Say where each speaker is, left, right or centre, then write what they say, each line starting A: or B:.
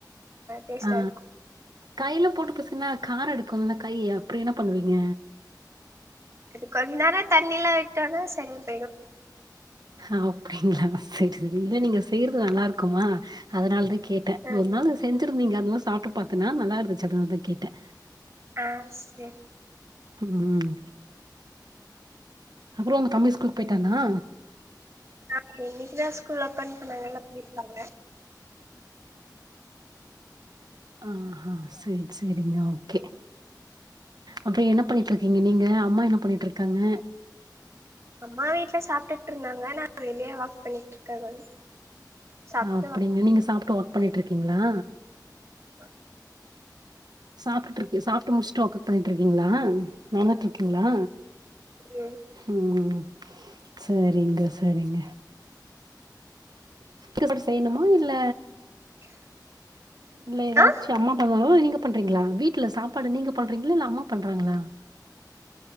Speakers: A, on the right; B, on the right.
A: டேஸ்ட்டா
B: ஆ
A: இருக்கு
B: கையில போட்டு பிசி ல்ல காரோ எடுக்கோல்ல கை அப்றோ என்ன பண்ணுவீங்க
A: அது கொஞ்ச நேரோ தண்ணில்ல விட்டோனா சரியாப்
B: அ அப்டிங்களா சரி இல்ல நீங்க செய்யற்து நல்லாருக்குமா அதனாலதா கேட்டே
A: ஆ
B: ஒரு நாள் நீங் செஞ்சிருந்தீங்க அதுவு சாப்ட்டு பாத்தேனா நல்லா இருந்துச்சு அதனால தா கேட்டே
A: ஆ செரி
B: ம் அப்புறோ தம்பி ஸ்கூல் போயிட் டானா
A: ஆ இன்னக்குதா ஸ்கூல் ஓப்பன் பண்ணாங்கல்ல போயிருகாங்க
B: ஆஹா செரி செரிங்க ஓக்கே அப்ப என்ன பண்ணிட்டு இருக்கீங்க நீங்க அம்மா என்ன பண்ணிட்டு இருக்காங்க
A: அம்மா வீட்ல சாப்டுட்டு இருந்தாங்க நா வெளியே வாக் பண்ணிட்டு இருக்கே <unintelligible>
B: அப்டிங்க
A: வாக் பண்ண
B: நீங்க சாப்ட்டு ஒக் பண்ணிட்டு இருக்கீங்களா
A: <unintelligible>
B: சாப்பிட்டு இருக்க சாப்ட்டு முடிச்சுட்டு வோக் அவுட் பண்ணிட்டு இருக்கீங்களா நடந்துட்டு இருக்கீங்களா
A: ம்
B: ம் சரிங்க சரிங்க இருக்கது சாப்பிட்டு எது செய்யணுமா இல்ல இல்ல ஏதாச்சு
A: ஆ
B: அம்மா பண் ஓ நீங்க பண்றீங்களா வீட்டுல சாப்பாடு நீங்க பண்றீங்களா இல்ல அம்மா பண்றாங்களா